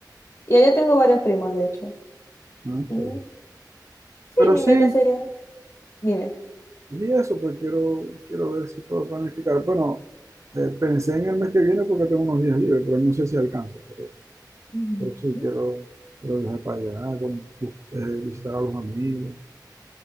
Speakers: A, on the left (about 45°); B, on the right (about 40°).
A: Y allá tengo varios primos, de hecho.
B: Ah, está
A: Y
B: bien.
A: sí,
B: Pero
A: mi
B: sí,
A: meta sería, dime.
B: y eso, pues quiero, quiero ver si puedo planificar. Bueno, eh, pensé en el mes que viene porque tengo unos días libres, pero no sé si alcance, pero,
A: <laughs>
B: pero sí quiero, quiero viajar para allá, con- eh, visitar a los amigos,